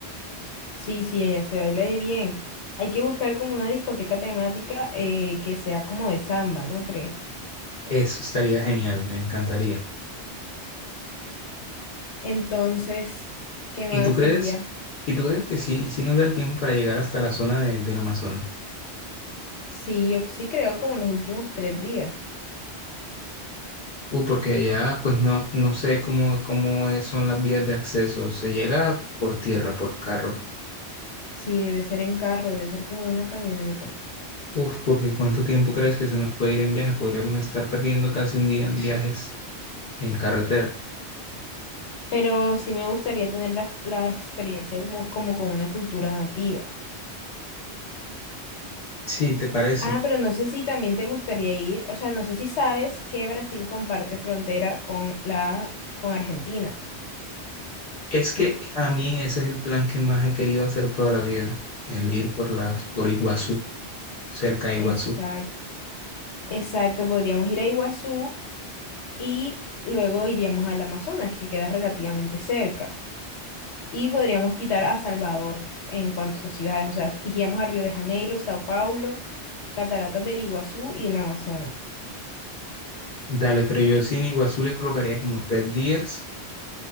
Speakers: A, on the left (about 80°); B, on the left (about 55°).
A: Sí, sí, allá se baila de bien. Hay que buscar como una discoteca temática eh, que sea como de samba, ¿no crees?
B: Eso estaría genial, me encantaría.
A: Entonces, ¿qué más
B: ¿Y tú crees,
A: sería?
B: y tú crees que sí, sí nos da el tiempo para llegar hasta la zona de, del Amazonas?
A: Sí, yo sí creo como en los últimos tres días.
B: Uh, porque allá pues no, no sé cómo, cómo es- son las vías de acceso. ¿Se llega por tierra, por carro?
A: Sí, debe ser en carro, debe ser como una camioneta.
B: Uf, porque ¿cuánto tiempo crees que se nos puede ir en viaje? Podríamos estar perdiendo casi un día en viajes en carretera.
A: pero sí me gustaría tener la, la experiencia como, como con una cultura nativa.
B: Sí, ¿te parece?
A: Ah, pero no sé si también te gustaría ir, o sea, no sé si sabes que Brasil comparte frontera con la, con Argentina.
B: Es que a mí ese es el plan que más he querido hacer toda la vida, el ir por las, por Iguazú, cerca de
A: Exacto,
B: Iguazú.
A: exacto, podríamos ir a Iguazú y luego iríamos al Amazonas, que queda relativamente cerca. Y podríamos quitar a Salvador en cuanto a ciudades, o sea, iríamos a Río de Janeiro, Sao Paulo, Cataratas del Iguazú y el Amazonas.
B: Dale, pero yo sí en Iguazú le colocaría como tres días